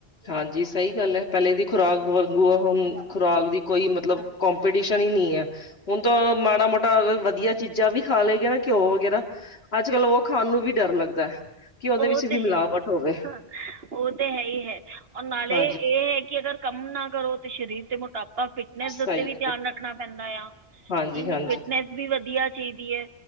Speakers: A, on the left; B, on the right.
A: ਹਾਂਜੀ ਸਹੀ ਗੱਲ ਐ, ਪਹਿਲੇ ਦੀ ਖੁਰਾਕ ਵਾਂਗੂ, ਓਹ ਖੁਰਾਕ ਦੀ ਕੋਈ ਮਤਲਬ ਕਪੀਟੀਸ਼ਨ ਹੀ ਨਹੀਂ ਐ। ਹੁਣ ਤਾਂ ਮਾੜਾ ਮੋਟਾ ਵਧੀਆ ਚੀਜ਼ਾਂ ਵੀ ਖਾ ਲਏ ਗਾ ਨਾ ਘਿਓ ਵਗੈਰਾ। ਅੱਜ -ਕੱਲ ਉਹ ਖਾਣ ਨੂੰ ਵੀ ਡਰ ਲੱਗਦਾ, ਕਿ ਉਹਦੇ
B: ਉਹ
A: ਵਿੱਚ ਵੀ
B: ਤੇ
A: ਮਿਲਾਵਟ ਹੋਵੇ।
B: ਹਾਂ, ਉਹ ਤੇ ਹੈ ਹੀ ਹੈ, ਔਰ ਨਾਲੇ
A: ਹਾਂਜੀ
B: ਇਹ ਹੈ ਕਿ ਅਗਰ ਕੰਮ ਨਾ ਕਰੋ ਤੇ ਸਰੀਰ ਤੇ ਮੋਟਾਪਾ ਫਿਟ ਫਿਟਨੈਸ ਉੱਤੇ
A: ਸਹੀ
B: ਵੀ ਧਿਆਨ ਰੱਖਣਾ ਪੈਂਦਾ ਆ,
A: ਹਾਂਜੀ,
B: ਕੀ
A: ਹਾਂਜੀ,
B: ਫਿਟਨੈਸ ਵੀ ਵਧੀਆ ਚਾਹੀਦੀ ਐ,